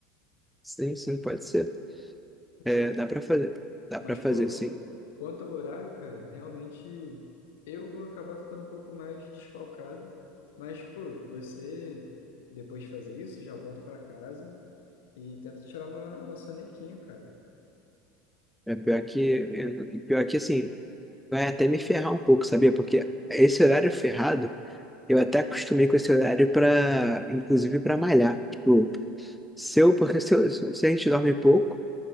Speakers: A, in the centre; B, on the left (about 75°).
A: Sim, sim, pode ser.
B: Pode
A: É,
B: ser?
A: dá pra fazer. Dá
B: Mas,
A: pra fazer,
B: pô,
A: sim.
B: quanto ao horário, cara, realmente eu vou acabar ficando um pouco mais desfalcado. Mas, pô, você, depois de fazer isso, já volta pra casa e tenta tirar uma, uma sonequinha, cara.
A: É pior que, é, pior que, assim, vai até me ferrar um pouco, sabia? Porque esse horário ferrado, eu até acostumei com esse horário para, inclusive, para malhar. Tipo, se eu, porque se, eu- se a gente dorme pouco.